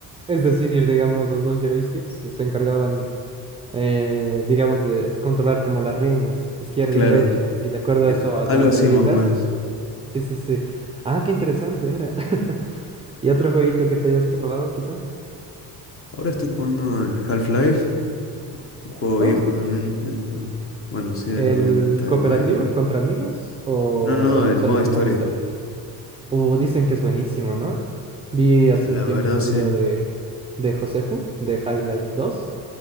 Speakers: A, on the right (about 15°); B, on the left (about 35°).
A: Es decir, digamos, los dos joysticks se encargaban, eh, digamos, de controlar como las riendas, izquierda
B: Claro,
A: y derecha. Y de acuerdo
B: eh,
A: a eso, a
B: algo
A: donde
B: así
A: le digas.
B: más o menos.
A: Sí, sí, sí. Ah, qué interesante, mira. <laughs> ¿Y otro jueguito que te hayas probado, quizá?
B: Ahora estoy jugando al Half-Life, un juego
A: Oh,
B: viejo también de lo, bueno, sí, del
A: ¿El
B: 99,
A: cooperativo
B: creo.
A: contra amigos o
B: No, no,
A: el
B: el
A: solito
B: modo historia.
A: modo historia? Uh, dicen que es buenísimo, ¿no? Vi hace
B: La
A: un tiempo
B: verdad,
A: un
B: sí.
A: video de, de Joseju, de High Life dos